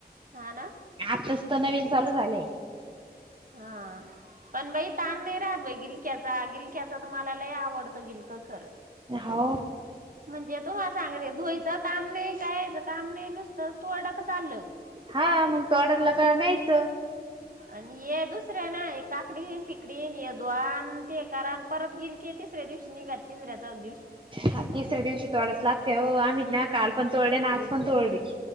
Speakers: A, on the right; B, on the right.
A: हा ना.
B: आताच तर नवीन चालू झालंय.
A: हा, पण बाई ताण नाही राहात बघ त्याचा गिलक्याचा तर, मला लई आवडतं गिलक खरं.
B: हो.
A: म्हणजे तुम्हाला सांग रे धुयचं काम नाही, खायचं काम नाही नुसतं <unintelligible> चाललं
B: हा मग <unintelligible> का न्यायच.
A: आणि ये दुसरे नाही काकडीन-फिकडी, ये धुवा आन ते करा आणि परत गिल ते तिसऱ्या दिवशी, निघाल तिसऱ्या, चवथ्या दिवशी.
B: हा तिसऱ्या दिवशी तोडावच लागते हो, आम्हीत ना काल पण तोडले ना आज पण तोडले.